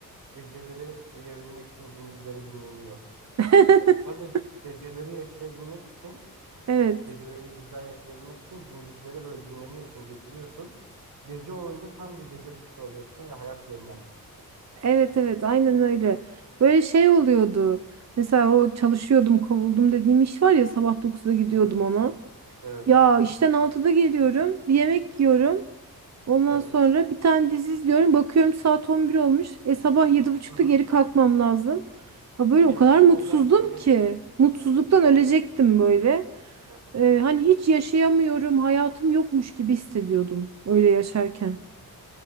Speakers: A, on the right (about 80°); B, on the right (about 45°).
A: geceleri uyuyabilmek için gündüzleri dinleniyor.
B: <laughs>
A: Sen de geceleri yaşayabilmek için,
B: Evet.
A: geceleri güzel yaşayabilmek için gündüzleri böyle dinleniyorsun, geçiriyorsun. Gece olunca tam bir gece kuşu oluyorsun ve hayat yeniden başlıyor.
B: Evet evet aynen öyle. Böyle şey oluyordu. Mesela o çalışıyordum kovuldum dediğim iş var ya sabah dokuzda gidiyordum
A: Hı hı.
B: ona.
A: Evet.
B: Ya
A: Hı hı.
B: işten altıda geliyorum bir yemek yiyorum. Ondan
A: Evet.
B: sonra bir tane dizi izliyorum. Bakıyorum saat 11 olmuş. E sabah yedi buçukta
A: Hı hı.
B: geri kalkmam lazım. Ha böyle
A: Evet
B: o kadar
A: bu
B: mutsuzdum
A: modern kölelik.
B: ki. Mutsuzluktan
A: Evet doğru.
B: ölecektim böyle.
A: Aha.
B: E, hani hiç yaşayamıyorum. Hayatım yokmuş gibi hissediyordum öyle yaşarken.